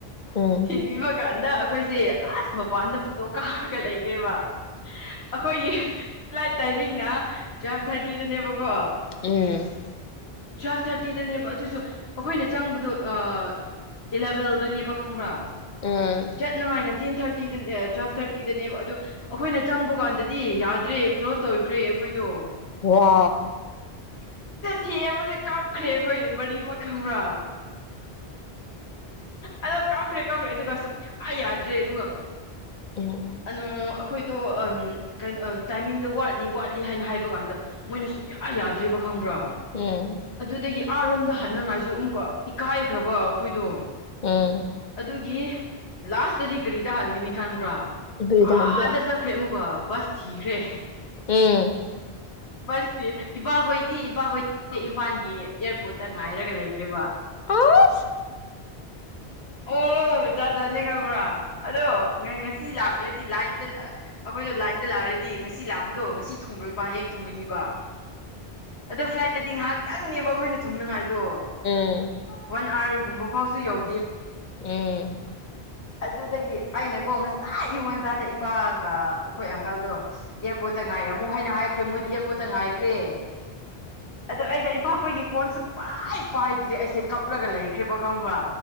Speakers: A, on the left (about 50°); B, on the left (about 80°).
A: ꯎꯝ ꯎꯝ
B: ꯊꯤꯟꯕꯤꯕ ꯀꯥꯟꯗ ꯑꯩꯈꯣꯏꯁꯦ ꯑꯁ ꯃꯄꯥꯟꯗ ꯐꯣꯇꯣ ꯀꯥꯞꯔꯒ ꯂꯩꯒꯦ ꯀꯕ ꯑꯩꯈꯣꯏꯒꯤ ꯐ꯭ꯂꯥꯏꯠ ꯇꯥꯏꯃꯤꯡꯅ ꯇꯨꯋꯦꯜꯐ ꯊꯥꯔꯇꯤꯗꯅꯦꯕꯀꯣ
A: ꯎꯝ
B: ꯇꯨꯋꯦꯜꯞ ꯊꯥꯔꯇꯤꯗꯅꯦꯕ ꯑꯗꯨꯁꯨ ꯑꯩꯈꯣꯏꯅ ꯆꯪꯕꯗꯣ ꯑ ꯏꯂꯚꯦꯜꯗꯅꯦꯕ ꯈꯪꯕ꯭ꯔꯥ
A: ꯎꯝ
B: ꯆꯠꯅꯉꯥꯏꯅ ꯇꯦꯟ ꯊꯥꯔꯇꯤ ꯊꯥꯔꯇꯤꯗ ꯇꯨꯋꯦꯜꯐ ꯊꯥꯔꯇꯤꯗꯅꯦꯕ ꯑꯗꯣ ꯑꯩꯈꯣꯏꯅ ꯆꯪꯕ ꯀꯥꯟꯗꯗꯤ ꯌꯥꯗ꯭ꯔꯦ ꯀ꯭ꯂꯣꯁ ꯇꯧꯈ꯭ꯔꯦ ꯑꯩꯈꯣꯏꯗꯣ
A: ꯋꯥ
B: ꯆꯦ ꯑꯃ ꯀꯥꯞꯈ꯭ꯔꯦ ꯑꯩꯈꯣꯏ ꯃꯔꯤ ꯈꯪꯕ꯭ꯔꯥ ꯑꯗꯣ ꯀꯥꯎꯈ꯭ꯔꯦ ꯀꯥꯎꯈ꯭ꯔꯦ ꯑꯗꯨꯒ ꯁꯨꯝ ꯌꯥ ꯌꯥꯗ꯭ꯔꯦ ꯑꯗꯨꯒ
A: ꯎꯝ
B: ꯑꯗꯨꯅꯣ ꯑꯩꯈꯣꯏꯗꯣ ꯀꯩꯅꯣ ꯇꯥꯏꯃꯤꯡꯗꯣ ꯋꯥꯠꯂꯤ ꯋꯥꯠꯂꯤ ꯍꯥꯏꯅ ꯍꯥꯏꯕ ꯀꯥꯟꯗ ꯃꯣꯏꯅ ꯁꯨꯛꯌꯥ ꯌꯥꯗ꯭ꯔꯤꯕ ꯈꯪꯕ꯭ꯔꯣ
A: ꯎꯝ
B: ꯑꯗꯨꯗꯒꯤ ꯑꯥꯔꯣꯝꯗ ꯍꯅꯉꯥꯏꯁꯨ ꯑꯃꯨꯛꯀꯣ ꯏꯀꯥꯏꯈ꯭ꯔꯕꯣ ꯑꯩꯈꯣꯏꯗꯣ
A: ꯎꯝ
B: ꯑꯗꯨꯒꯤ ꯂꯥꯁꯇꯗꯤ ꯀꯔꯤ ꯇꯥꯍꯟꯒꯅꯤ ꯈꯪꯕ꯭ꯔꯥ
A: ꯎꯝ ꯑꯁ ꯑ
B: ꯑꯗ ꯆꯈ꯭ꯔꯦ ꯃꯨꯒ ꯁ ꯊꯈ ꯔꯦ
A: ꯎꯝ
B: ꯕꯁꯇꯤ ꯏꯄꯥꯈꯣꯏꯗꯤ ꯏꯄꯥꯈꯣꯏꯗꯤ ꯏꯝꯐꯥꯜꯒꯤ ꯏꯌꯥꯔꯄꯣꯔꯠ ꯛꯇ ꯉꯥꯏꯔꯒ ꯂꯩꯈ꯭ꯔꯤꯕ
A: ꯑꯥ
B: ꯑꯣ ꯖꯥꯠꯖꯠꯅꯦ ꯈꯪꯕ꯭ꯔꯥ ꯑꯗꯣ ꯉꯁꯤ ꯂꯥꯛꯂꯗꯤ ꯂꯥꯏꯟꯗ ꯑꯩꯈꯣꯏꯗ ꯂꯥꯏꯟꯗ ꯂꯥꯛꯑꯔꯗꯤ ꯉꯁꯤ ꯂꯥꯛꯄ ꯕꯗꯣ ꯉꯁꯤ ꯊꯨꯡꯡꯂꯣꯏꯕꯕꯥ ꯍꯌꯦꯡ ꯒꯅꯤꯕ ꯑꯗꯣ ꯐ꯭ꯂꯥꯏ ꯗꯤ ꯉꯥꯏꯍꯥꯛꯇꯪꯅꯦꯕ ꯑꯩꯈꯣꯏꯅ ꯇꯨꯡꯅꯉꯥꯏ ꯑꯣ
A: ꯎꯝ ꯎꯝ
B: ꯋꯥꯟ ꯑꯥꯋꯥꯔꯒꯨꯝꯕ ꯍ ꯁꯤ ꯌꯥꯎ
A: ꯎꯝ
B: ꯑꯗꯨꯗꯒꯤ ꯑꯩꯅꯀꯣ ꯉꯁꯥꯏ ꯌꯌꯨ ꯉꯥꯟꯇꯥꯗ ꯏꯄꯥꯒ ꯑꯩꯈꯣꯏ ꯑꯪꯀꯜꯗꯣ ꯑꯦꯌꯥꯔꯄꯣꯔꯠꯇ ꯉꯥꯏꯔꯝꯃꯨ ꯍꯥꯏꯅ ꯍꯥꯏ ꯃꯗꯤꯌꯥꯔꯄꯣꯔꯠꯇ ꯉꯥꯏꯦ ꯀ꯭ꯔꯦ ꯑꯗ ꯑꯩꯗ ꯏꯄꯥꯈꯣꯏꯒꯤ ꯐꯣꯟꯁꯨ ꯄꯥꯏ ꯄꯥꯏꯗ꯭ꯔꯦ ꯑꯩꯁꯦ ꯀꯞꯂꯒ ꯂꯩꯈ꯭ꯔꯦꯕ ꯈꯪꯕ꯭ꯔ